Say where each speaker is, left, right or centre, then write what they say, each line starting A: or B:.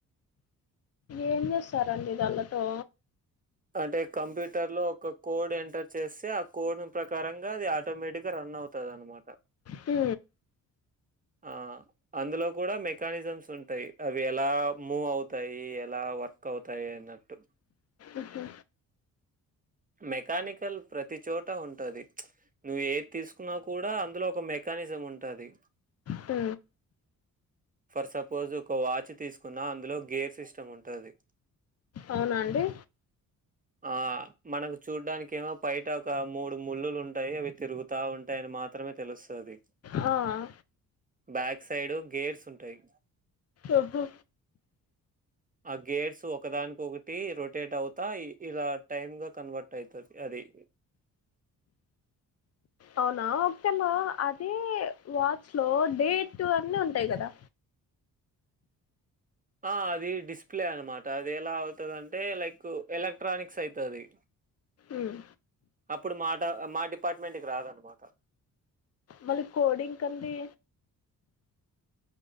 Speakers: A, on the left (about 45°); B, on the right (about 25°).
A: ఏం చేస్తారండి దానిలతో.
B: అంటే కంప్యూటర్ లో ఒక కోడ్ ఎంటర్ చేస్తే ఆ కోడ్ ప్రకారంగా అది. ఆటోమేటిక్గా రన్ అవుతది అనమాట.
A: ఉ.
B: ఆ. అందులో కూడా మెకానిజమ్స్ ఉంటాయి అవి ఎలా మూవ్ అవుతాయి ఎలా వ. కవుతాయి అన్నట్టు.
A: ఉహు.
B: మెకానికల్ ప్రతి చోట ఉంటది. నువ్వు ఏది తీసుకున్నా కూడా అందులో ఒక మెకానిజం ఉంటాది.
A: హ
B: ఫర్ సపోజ్ ఒక వాచ్ తీసుకున్న అందులో గేర్ సిస్టమ్ ఉంటాది.
A: అవునా అండి.
B: ఆ. మనకు చూడ్డానికి ఏమో బయట ఒక మూడు ముళ్ళులు ఉంటాయి అవి తిరుగుతా ఉంటాయని మాత్రమే తెలుస్తది.
A: ఆ.
B: బ్యాక్ సైడ్ గేర్స్ ఉంటయ్.
A: ఓహో.
B: ఆ గేట్స్ ఒకదానికొకటి రొటేట్ అవుతా ఇలా టైమ్ గా. కన్వర్ట్ అయితది అది.
A: అవునా ఒకటేమ్మా అది వాచ్ లో డేట్ అన్ని ఉంటాయి కదా.
B: ఆ అది డిస్ప్లే అనమాట అది ఎలా అవుతది అంటే లైకు ఎలక్ట్రానిక్స్ ఐతది
A: ఉమ్.
B: అప్పుడు మాట మా డిపార్ట్మెంట్ కి రాదనమాట
A: మళ్ళీ కోడింగ్ కండి